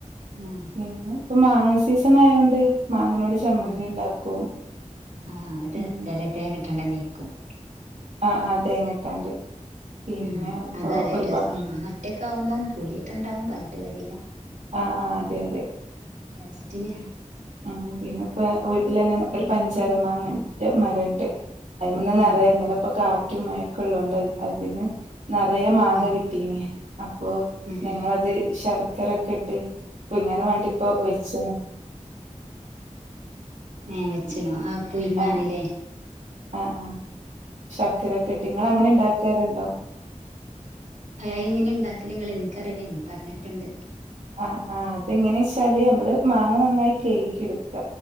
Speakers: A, on the right; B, on the right.
A: ഉം
B: പിന്നെ ഇപ്പം മാങ്ങ സീസണായോണ്ട് മാങ്ങനോട് ച ചമ്മന്തിണ്ടാക്കും
A: ഉം ആഹ് അത് ടേസ്റ്റാലെ
B: ഉം
A: <unintelligible>
B: ആഹ് ആഹ് തേങ്ങട്ടാണ്ട് പിന്നെ
A: ഉം
B: ഇപ്പൊ
A: അതാലേ
B: ഒരുപാ
A: രസം മാങ്ങ ഒറ്റാക്കാവുമ്പം പുളിയക്കെ ഇണ്ടാവും പറഞ്ഞിട്ട് കാര്യല്ല
B: ആഹ് ആഹ് അതെ അതെ
A: ടേസ്റ്റിന്
B: ഉം ആഹ് പിന്നെ പ്പേ വീട്ടിലന്നെ ഒര് പഞ്ചാര മാങ്ങന്റെ മരെണ്ട് അയ്മെന്ന്
A: ഉം
B: നിറയെ
A: ഉം
B: ഇന്നലെ ഇപ്പൊ കാറ്റും, മഴ ഒക്കെള്ളോണ്ട് അതിന്ന് നിറയെ മാങ്ങ
A: ഉം
B: കിട്ടീനി അപ്പൊ
A: ഏഹ്
B: ഞങ്ങളത് ശർക്കര ഇട്ട് പുഴുങ്ങാനും വേണ്ടി ഇപ്പൊ വെച്ച്ണ്
A: ഏഹേ വെച്ച്ണോ ആഹ് പുയിങ്ങാന്ലേ?
B: ആഹ് ആഹ് ആഹ് ശർക്കരക്കെയിട്ട് ഇങ്ങള് അങ്ങനെ ഇണ്ടാക്കാറുണ്ടോ?
A: ആഹ് അത് എങ്ങനെ ഇണ്ടാക്കല് ഇങ്ങള് ഇൻക്കറിയില്ല ഇൻ പറഞ്ഞേട്ട്ണ്ട്
B: ആഹ് ആഹ് അത് എങ്ങനേച്ചാല് ഞമ്മള് മാങ്ങ നന്നായി കയുകി എട്ക്ക